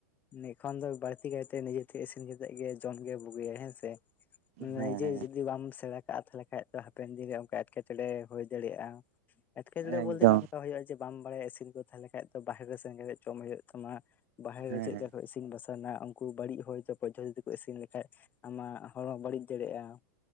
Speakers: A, on the left (about 15°); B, on the right (about 45°).
A: ᱱᱤᱠᱷᱚᱱ ᱫᱚ ᱵᱟᱹᱲᱛᱤ ᱠᱟᱭᱛᱮ ᱱᱤᱡᱮᱛᱮ ᱤᱥᱤᱱ ᱠᱟᱛᱮᱜ ᱜᱮ ᱡᱚᱢ ᱜᱮ ᱵᱩᱜᱤᱭᱟ ᱦᱮᱸ ᱥᱮ᱾ ᱱᱤᱡᱮ
B: ᱦᱮᱸ
A: ᱡᱩᱫᱤ ᱵᱟᱢ ᱥᱮᱬᱟ ᱠᱟᱜᱼᱟ ᱛᱟᱦᱞᱮ ᱠᱷᱟᱡ ᱫᱚ ᱦᱟᱯᱮᱱ ᱫᱤᱱᱨᱮ ᱚᱱᱠᱟ ᱮᱸᱴᱠᱮᱴᱚᱬᱮ ᱦᱳᱭ ᱫᱟᱲᱮᱭᱟᱜᱼᱟ ᱮᱸᱴᱠᱮᱴᱚᱬᱮ
B: ᱦᱮᱸ
A: ᱵᱚᱞᱛᱮ
B: ᱮᱠᱫᱚᱢ
A: ᱱᱚᱝᱠᱟ ᱦᱳᱭᱳᱜᱼᱟ ᱵᱟᱢ ᱵᱟᱲᱟᱭᱟ ᱤᱥᱤᱱ ᱠᱚ ᱛᱟᱦᱞᱮ ᱠᱷᱟᱡᱽ ᱫᱚ ᱵᱟᱦᱮᱨ ᱨᱮ ᱥᱮᱱ ᱠᱟᱛᱮ ᱡᱚᱢ ᱦᱳᱭᱳᱜ ᱛᱟᱢᱟ᱾ ᱵᱟᱦᱨᱮ
B: ᱦᱮᱸ
A: ᱪᱮᱫ
B: ᱦᱮᱸ
A: ᱞᱮᱠᱟ ᱠᱚ ᱤᱥᱤᱱ ᱤᱥᱤᱱ ᱵᱟᱥᱟᱝᱼᱟ, ᱩᱱᱠᱩ ᱵᱟᱲᱤᱡ ᱦᱚᱭᱛᱚ ᱯᱚᱫᱫᱷᱚᱛᱤ ᱛᱮᱠᱚ ᱤᱥᱤᱱ ᱞᱮᱠᱷᱟᱡ ᱟᱢᱟᱜ ᱦᱚᱲᱢᱚ ᱵᱟᱹᱲᱤᱡ ᱫᱟᱲᱮᱭᱟᱜᱼᱟ᱾